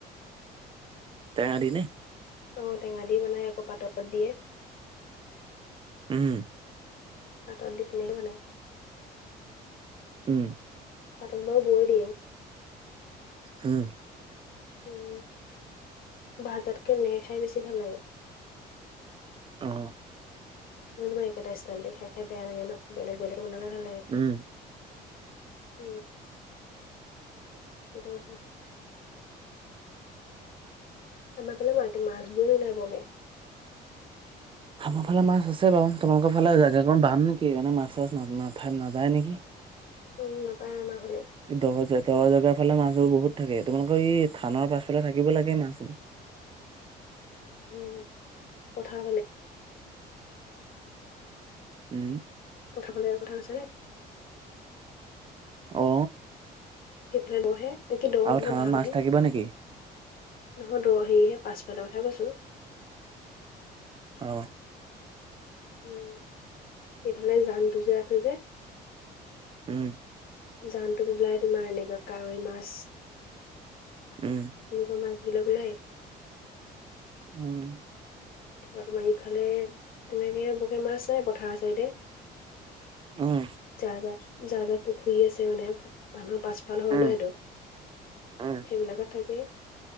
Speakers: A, on the right; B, on the left.
A: তেঙা দি নে
B: ঔ টেঙা দি বনাই আকৌ পাতত দিয়ে
A: উম
B: পাতত দি তেনেকে বনাই
A: উম
B: পাতক বাৰু বৈ দিয়ে
A: উম
B: উম ভাৰততকে মে খাই বেছি ভাল লাগে।
A: অ।
B: এ তোমাৰ একেইটা ষ্টাইলতে খাই খাই বেয়া লাগে ন বেলেগ বেলেগ কে বনালে ভাল লাগে খাই,
A: উম
B: উম। সেইটো কথা। আমাৰ ফালে বাৰকে মাছবোৰ ওলাইবগে।
A: আমাৰ ফালে মাছ আছে বাৰু তোমালোকৰ ফালে জাগাকণ বাম নেকি সকাৰে মাছ চাছ নঠাই নাযায় নেকি?
B: উম নাপায় আমাৰ ফালে।
A: দৰ দৰ জেগাৰ ফালে মাছবোৰ বহুত থাকে তোমালোকৰ ই থানৰ পাছফালে থাকিব লাগে মাছ।
B: উম পথাৰ ফালে।
A: ওম।
B: পথাৰ ফালে কথা কৈছে নে?
A: অ।
B: সেফালে বৰ হে এতিয়া দৰ
A: আৰু
B: হেনো
A: থানাত
B: বাম
A: মাছ
B: হে।
A: থাকিব নেকি
B: নহয় দৌৰ হেৰিহে পাছফালৰ কথা কৈছো।
A: অ।
B: উম এইফালে জানটো যে আছে যে
A: উম।
B: জানটোত ওলাই তোমাৰ এনেকুৱা কাৱৈ মাছ
A: উম
B: নিজৰ মাছবিলাক ওলাই।
A: উম।
B: তোমাৰ তোমাৰ ইফালে তেনেকে বকে মাছ নাই পথাৰ চাইডে।
A: উম
B: যা যা যা যা পুখুৰি আছে মানে মানুহৰ পাছ- ভাল হয়
A: উম
B: ন সেইটো
A: উম
B: সেইবিলাকত থাকে।